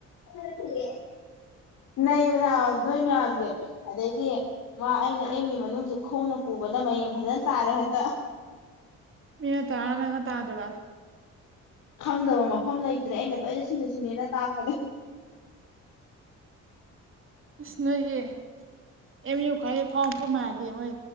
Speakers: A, on the left; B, on the right.
A: ꯍ ꯊꯦ ꯅꯕ ꯅꯣꯏ ꯃꯌꯥꯝꯁꯦ ꯑꯗꯩꯗꯤ ꯃꯥ ꯑꯩꯅ ꯑꯦꯝꯒꯤ ꯃꯅꯨꯡꯁꯦ ꯈꯣꯡꯅ ꯄꯨꯕꯗ ꯝ ꯃꯌꯦꯡ ꯐꯖꯅ ꯇꯥꯔꯦ ꯍꯦꯛꯇ
B: ꯃꯤꯅ ꯇꯔꯥ ꯅꯪꯒ ꯇꯥꯗꯕ
A: ꯈꯪꯗꯕ ꯃꯐꯝ ꯂꯩꯇ꯭ꯔꯦ ꯑꯩꯅ ꯂꯣꯏꯅ ꯁꯤꯅ ꯁꯤꯅꯦꯅ ꯇꯥꯛꯄꯅꯦ <inaudible>
B: ꯁꯅꯌꯦ ꯑꯦꯝ ꯌ ꯈꯔꯦ ꯐ ꯐ ꯃꯥꯗꯤ ꯃꯣꯏ